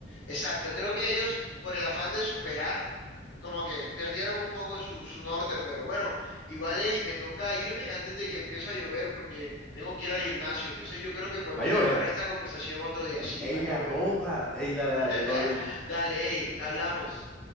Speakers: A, on the left (about 75°); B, in the centre.
A: Exacto, creo que ellos, por el afán de superar, como que perdieron un poco su, su norte, pero bueno, igual ey, me toca irme antes de que empiece a llover porque tengo que ir al gimnasio, entonces yo creo que podemos
B: Va a
A: terminar
B: llover.
A: esta conversación otro día, sí,
B: Ey,
A: va a llover.
B: la ropa. Ey, dale,
A: <laughs>
B: dale, todo bien.
A: Dale, ey, hablamos.